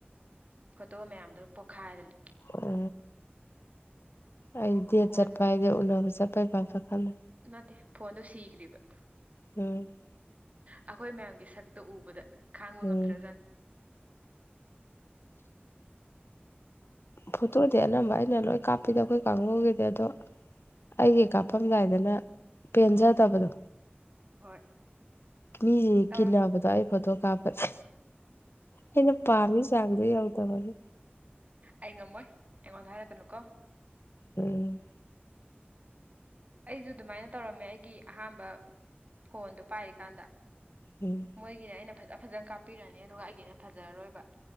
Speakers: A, on the right (about 35°); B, on the left (about 75°).
A: ꯐꯣꯇꯣ ꯃꯌꯥꯝꯗꯨ ꯄꯣꯛꯈꯥꯏꯗꯅꯤ
B: ꯎ ꯑꯩꯗꯤ ꯗꯦꯠ
A: ꯐꯣꯟ
B: ꯆꯠꯄ ꯍꯥꯏꯗꯤ ꯎꯅꯕ ꯆꯠꯄꯩ ꯕꯥꯞꯇꯥ ꯈꯜꯂꯤ
A: ꯅꯠꯇꯦ ꯐꯣꯟꯗꯣ ꯁꯤꯈ꯭ꯔꯤꯕ
B: ꯎꯝ
A: ꯑꯩꯈꯣꯏ ꯃꯌꯥꯝꯒꯤ ꯁꯛꯇ ꯎꯕꯗ ꯈꯥꯡꯕ
B: ꯎꯝ
A: ꯉꯝꯗ꯭ꯔ ꯖꯥꯠ
B: ꯐꯣꯇꯣꯗꯤ ꯑꯅꯝꯕ ꯑꯩꯅ ꯂꯣꯏ ꯀꯥꯞꯄꯤꯗ ꯑꯩꯈꯣꯏ ꯀꯥꯡꯕꯨꯒꯤꯗꯤ ꯑꯗꯣ ꯑꯩꯒꯤ ꯀꯥꯞꯐꯝꯝꯗꯥꯏꯗꯅ ꯄꯦꯟꯖꯗꯕꯗꯣ
A: ꯍꯣꯏ
B: ꯃꯤꯁꯤ
A: ꯇꯧꯔꯝ
B: ꯀꯤꯟꯅꯕꯗ ꯑꯩ ꯐꯣꯇꯣ ꯀꯥꯞꯄꯗꯥ ꯑꯩꯅ ꯄꯥꯝꯃꯤ ꯆꯥꯡꯗꯣ ꯌꯥꯎꯗꯕꯅꯤ
A: ꯑꯩ ꯉꯝꯃꯣꯏ ꯑꯩꯉꯣꯟꯗ ꯍꯥꯏꯔꯛꯀꯅꯨ ꯀꯣ
B: ꯎꯝ
A: ꯑꯩꯁꯨ ꯑꯗꯨꯃꯥꯏꯅ ꯇꯧꯔꯝꯃꯦ ꯑꯩꯒꯤ ꯑꯍꯥꯟꯕ ꯐꯣꯟꯗꯣ ꯄꯥꯏꯔꯤꯀꯥꯟꯗ
B: ꯎꯝ
A: ꯃꯣꯏꯒꯤꯅꯦ ꯑꯩꯅ ꯐꯖ ꯐꯖꯅ ꯀꯥꯞꯄꯤꯔꯅꯤ ꯑꯗꯨꯒ ꯑꯩꯒꯤꯅ ꯐꯖꯔꯔꯣꯏꯕ